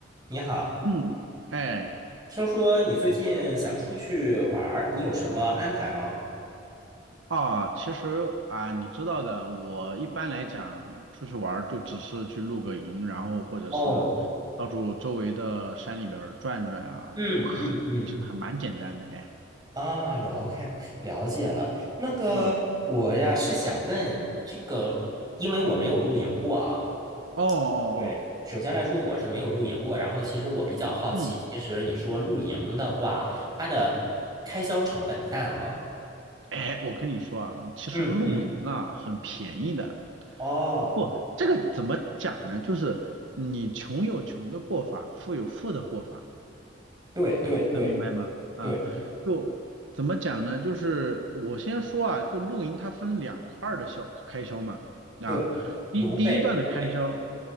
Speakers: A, on the right; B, on the right.
A: 你好，
B: 嗯，哎，
A: 听说你最近想出去玩儿，你有什么安排吗？
B: 啊，其实啊，你知道的，我一般来讲出去玩儿就只是去露个营，然后或者是到处周围的山里边儿转转啊，
A: 哦，嗯嗯嗯，
B: 就很，其实还蛮简单的，哎，
A: 啊，了解了解了。那个我呀是想问这个，
B: 嗯，哦
A: 因为我没有露营过啊。
B: 哦哦，
A: 对，首先来说我是没有露营过，然后其实我比较好奇，
B: 嗯，
A: 其实你说露营的话，它的开销成本大吗？
B: 哎，我跟你说啊，其实露营啊很便宜的，
A: 嗯嗯，哦，
B: 不，这个怎么讲呢？就是你穷有穷的过法，富有富的过法。
A: 对对对
B: 能明白吗？啊，
A: 对
B: 就怎么讲呢？就是我先说啊，就露营它分两块儿的小开销嘛。啊，
A: 对，邮费，
B: 第第一段的开销，
A: 邮费